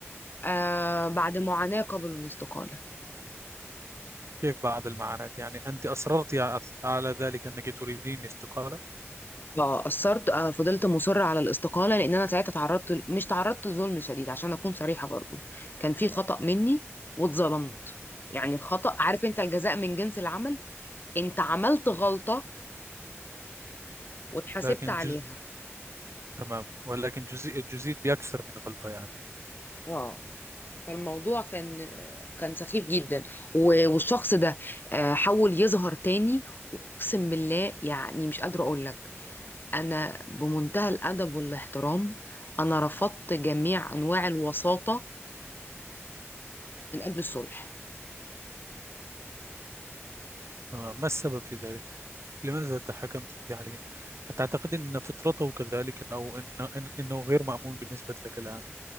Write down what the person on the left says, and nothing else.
آه، بعد معاناة قبل الاستقالة
فأثرت آه، فضلت مصرة على الاستقالة لأن أنا ساعتها تعرضت ل- مش تعرضت لظلم شديد عشان أكون صريحة برضو كان في خطأ مني واتظلمت يعني الخطأ عارف أنت الجزاء من جنس العمل أنت عملت غلطة واتحاسبت
عليها
اه فالموضوع كان كان سخيف جدا و- والشخص ده آه، حاول يظهر تاني واقسم بالله يعني مش قادره اقول لك انا بمنتهى الادب والاحترام انا رفضت جميع انواع الوساطه من اجل الصلح